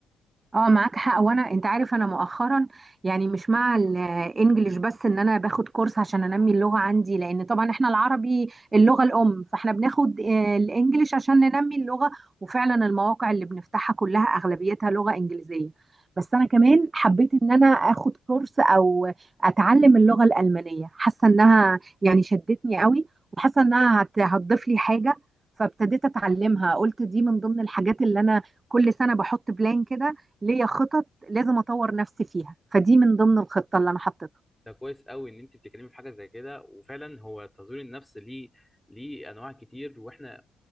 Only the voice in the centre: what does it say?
ده كويس قوي ان انت بتتكلمي في حاجه زي كده وفعلا هو تطوير النفس ليه ليه انواع كتير واحنا